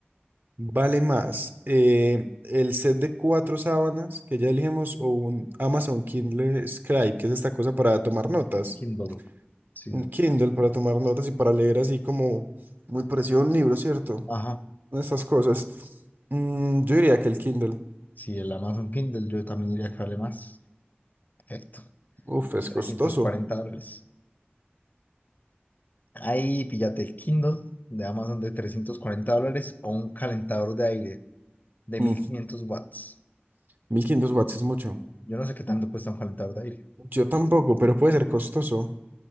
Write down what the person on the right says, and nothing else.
vale más eh, el set de cuatro sábanas que ya elegimos o un Amazon Kindle Scribe, que es esta cosa para tomar notas.
Un
Kindle para tomar notas y para leer así como muy parecido a un libro, ¿cierto?
Estas cosas. Mm, yo diría que el Kindle.
Uf, es
costoso.
Mm,
1500 watts es mucho.
Yo tampoco, pero puede ser costoso.